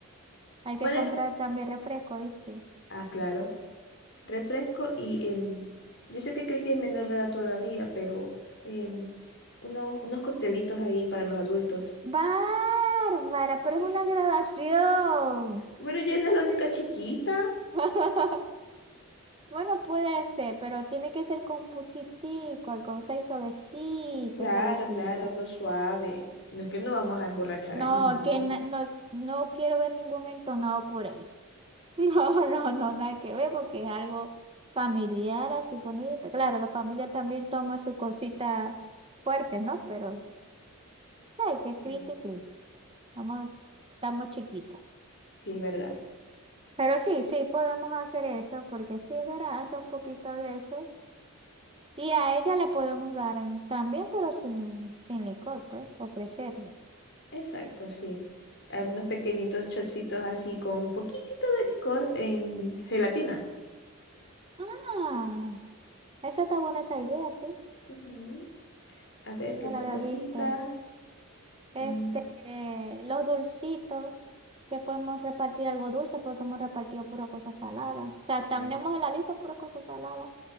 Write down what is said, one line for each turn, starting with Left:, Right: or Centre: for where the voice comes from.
Right: Hay que
Left: Puedes,
Right: comprar también refresco, ¿viste?
Left: ah, claro, refresco y em, yo sé que Cristi es menor de edad todavía, pero em, unos, unos coctelitos ahí para los adultos.
Right: Bárbara, pero
Left: <laughs>
Right: es una graduación.
Left: Pero yo no es la única chiquita.
Right: <laughs> Bueno, puede ser, pero tiene que ser con poquitico, alcohol, o sea, y suavecita,
Left: Claro,
Right: suavecita.
Left: claro, algo suave. No es que no vamos a emborrachar allí,
Right: No,
Left: no.
Right: que na- no, no quiero ver ningún entonado por ahí. <laughs> No, no, no, nada que ver porque es algo familiar, así bonito. Claro, la familia también toma sus cositas fuertes, ¿no? Pero, ¿sabes qué?
Left: Mm.
Right: Criti, criti. Estamos, estamos chiquitos.
Left: Sí, es verdad.
Right: Pero sí, sí, podemos hacer eso porque sí, es verdad, hace un poquito de eso. Y a ella le podemos dar mm, también, pero sin, sin licor, pues, ofrecerle.
Left: Exacto, sí. Ah, unos pequeñitos chocitos así con un poquitito de licor en gelatina.
Right: Ah, esa está buena esa idea, sí.
Left: Ujú. A ver, ¿qué
Right: No
Left: otra
Right: la había
Left: cosita?
Right: visto. Este,
Left: Mm,
Right: eh, los dulcitos, que podemos repartir algo dulce porque hemos repartido pura cosa salada. O sea, tenemos
Left: ah,
Right: en la lista pura cosa salada.